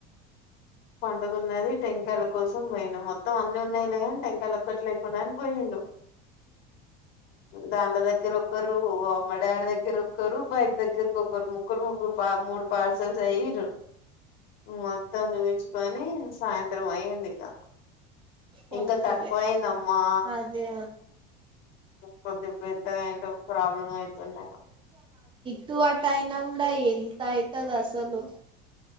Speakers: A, on the left; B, on the right.
A: పండుగ ఉన్నది టెంకాయలు కోసం పోయిను మొత్తం అన్ని ఉన్నాయి టంకాయలు ఒక్కట్ లేకుండానే పోయిండు దాల దగ్గర ఒక్కరు మా డాడీ దగ్గర ఒరు బైక్ దగ్గర కొకరు ముగ్గురు ముగ్గురు పా మూడు పార్సల్స్ అయ్యరు మొత్తం చూయించి కని సాయంత్రం అయ్యింది ఇక
B: పోనీలే
A: ఇంకా తక్కువ అయిందమ్మా
B: అదే
A: కొద్ది పెత్తగా అయితే ప్రాబ్లం అవుతుండ
B: తూ అ టాయినా ఇ ఎంత అవుతుది అసలు